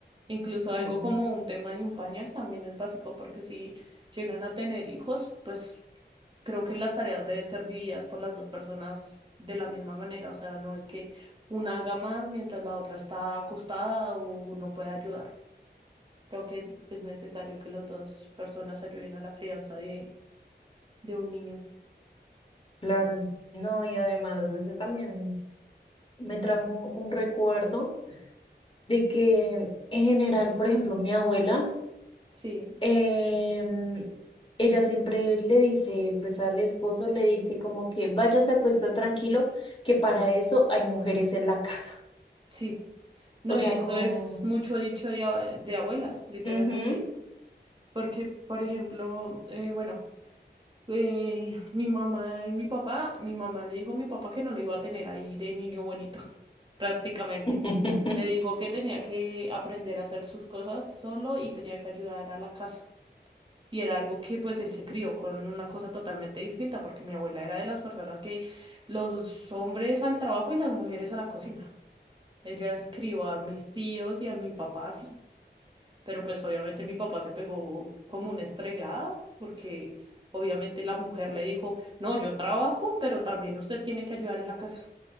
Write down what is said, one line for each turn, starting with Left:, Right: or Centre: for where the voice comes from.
Right: Incluso
Left: mm,
Right: algo como un tema y un pañal también es básico, porque si llegan a tener hijos, pues creo que las tareas deben ser divididas por las dos personas de la misma manera. O sea, no es que una haga más mientras la otra está acostada o no puede ayudar. Creo que es necesario que las dos personas ayuden a la crianza de, de un niño.
Left: claro. No, y además, eso también me trajo un recuerdo. de que en general, por ejemplo, mi abuela,
Right: Sí,
Left: em, ella siempre le dice, pues al esposo le dice como que vaya, se acuesta tranquilo, que para eso hay mujeres en la casa.
Right: sí. No,
Left: O sea,
Right: y eso
Left: como...
Right: es mucho dicho de, abue- de abuelas, literalmente.
Left: ujú,
Right: Porque, por ejemplo, eh, bueno, eh, mi mamá y mi papá, mi mamá le dijo a mi papá que no lo iba a tener ahí de niño bonito, <laughs> prácticamente.
Left: <laughs>
Right: Le dijo que tenía que aprender a hacer sus cosas solo y tenía que ayudar a la casa. Y era algo que pues él se crió con una cosa totalmente distinta, porque mi abuela era de las personas que los hombres al trabajo y las mujeres a la cocina. Ella crió a mis tíos y a mi papá así. Pero pues obviamente mi papá se pegó como una estrellada porque obviamente la mujer le dijo, no, yo trabajo, pero también usted tiene que ayudar en la casa,